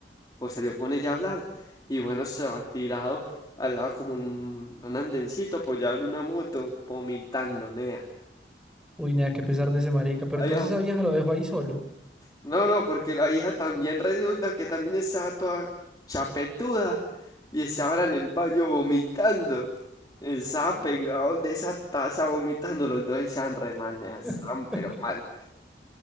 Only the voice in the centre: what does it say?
Uy, nea, qué pesar de ese marica. Pero
entonces
esa vieja lo dejó ahí solo.
<laughs>